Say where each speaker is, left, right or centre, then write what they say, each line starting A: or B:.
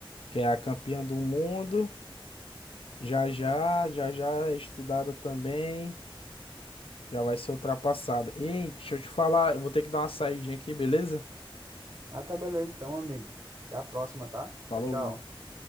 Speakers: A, on the left; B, on the right.
A: que é a campeã do mundo. Já já, já já é estudada também. Já vai ser ultrapassada. Ei, deixa eu te falar, eu vou ter que dar uma saidinha aqui, beleza?
B: Ah, tá beleza então, amigo. Até a próxima, tá?
A: Falou.
B: Tchau, tchau.